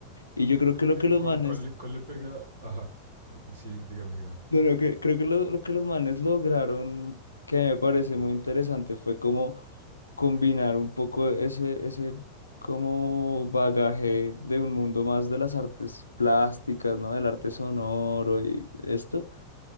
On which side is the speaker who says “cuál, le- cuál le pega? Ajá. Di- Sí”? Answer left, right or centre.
Right